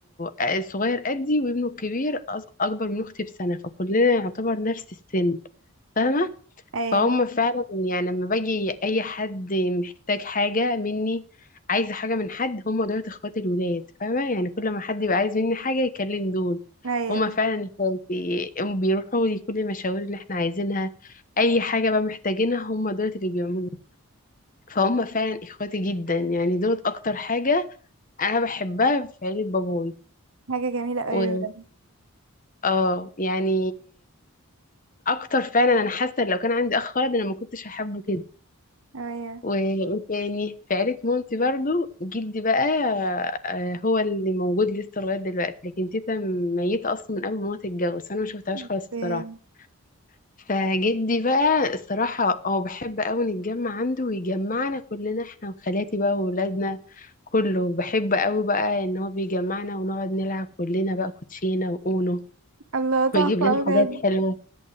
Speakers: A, on the left; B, on the right.
A: آه، صغير قدي وابنه الكبير أص- أكبر من أختي بسنة فكلنا يعتبر نفس السن فاهمة
B: ايوه
A: فهم فعلا يعني لما باجي اي حد محتاج حاجه مني عايزه حاجه من حد هم دول اخوات الولاد فاهمه يعني كل ما حد يبقى عايز مني حاجه يكلم دول
B: ايوه
A: هم
B: بس
A: فعلا اخواتي هم بيروحوا لي كل المشاوير اللي احنا عايزينها اي حاجه بقى محتاجينها هم دول اللي بيعملوها فهم فعلا اخواتي جدا يعني دول اكتر حاجه انا بحبها في عيله باباي
B: حاجة جميلة اوي
A: و...
B: بجد
A: اه يعني اكتر فعلا انا حاسه إن لو كان عندي اخ ولد انا ما كنتش هحبه كده
B: ايوه
A: وتاني في عيلة مامتي برضو جدي بقى آه، هو اللي موجود لسه لغاية دلوقتي لكن تيتا ميتة أصلا من قبل ما هو تتجوز فأنا ما شفتهاش خالص
B: اوكي.
A: الصراحة فجدي بقى الصراحة هو بحب أوي نتجمع عنده ويجمعنا كلنا احنا وخالاتي بقى وولادنا كله بحب أوي بقى إن هو بيجمعنا ونقعد نلعب كلنا بقى كوتشينة وأونو
B: الله تحفة
A: ويجيب لنا
B: أوي بجد
A: حاجات حلوة